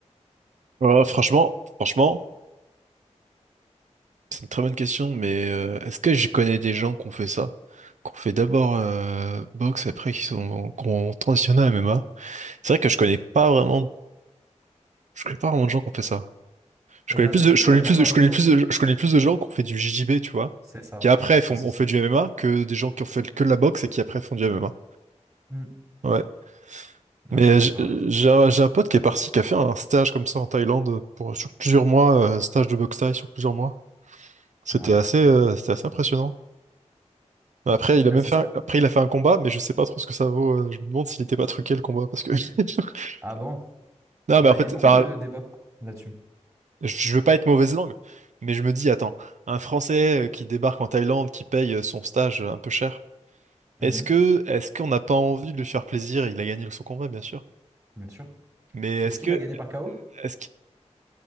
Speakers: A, on the right (about 75°); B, on the right (about 25°).
A: Ouais, franchement, franchement, c'est une très bonne question, mais euh, est-ce que je connais des gens qui ont fait ça? Qu'on fait d'abord euh, boxe, après qui sont, qui ont transitionné à MMA. C'est vrai que je connais pas vraiment, je connais pas vraiment de gens qui ont fait ça. Je
B: Bah,
A: connais
B: Il y en a
A: plus
B: très
A: de,
B: peu,
A: je connais
B: euh, même
A: plus de,
B: à
A: je
B: haut niveau.
A: connais plus de, je connais plus de gens qui ont fait du JJB, tu vois,
B: C'est ça.
A: qui après
B: C'est
A: font,
B: aussi
A: ont
B: ça.
A: fait du MMA que des gens qui ont fait que de la boxe et qui après font du MMA.
B: Mm.
A: Ouais.
B: Non,
A: Mais
B: je suis d'accord
A: j-
B: avec ça.
A: j'ai un j'ai un pote qui est parti, qui a fait un stage comme ça en Thaïlande pour, sur plusieurs mois, euh, stage de boxe thaï sur plusieurs mois. C'était
B: Ouais.
A: assez, euh, c'était assez impressionnant. Après, il
B: Bah,
A: a même
B: c'est
A: fait,
B: ça.
A: un- après, il a fait un combat, mais je sais pas trop ce que ça vaut. euh, Je me demande s'il n'était pas truqué le combat parce que. <laughs>
B: Ah bon?
A: Non,
B: Bah,
A: mais en fait,
B: il y a beaucoup
A: enfin,
B: de débats là-dessus.
A: je je veux pas être mauvaise langue, mais je me dis, attends, un Français euh, qui débarque en Thaïlande, qui paye euh, son stage euh, un peu cher,
B: Mhm,
A: est-ce que, est-ce qu'on n'a pas envie de lui faire plaisir? Il a gagné son combat, bien sûr.
B: bien sûr.
A: Mais est-ce
B: Est-ce qu'il
A: que,
B: l'a gagné par KO?
A: est-ce que.